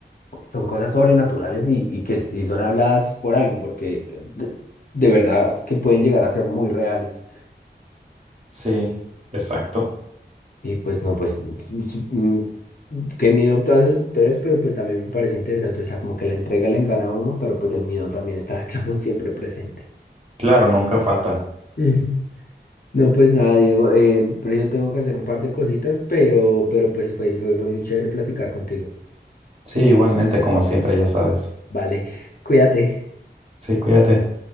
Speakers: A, on the left; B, on the right.
A: son cosas sobrenaturales y, y que si son habladas por algo, porque eh, de, de verdad que pueden llegar a ser muy reales.
B: Sí, exacto.
A: Y pues no, pues s- mm, qué miedo todas esas historias, pero pues también me parece interesante, o sea, como que la entrega le engana a uno, pero pues el miedo también está, <laughs> como siempre presente.
B: Claro, nunca falta.
A: Ujú. No, pues nada, Diego, eh, pero yo tengo que hacer un par de cositas, pero, pero pues fue, fue, fue muy chévere platicar contigo.
B: Sí, igualmente, como siempre, ya sabes.
A: Vale, cuídate.
B: Sí, cuídate.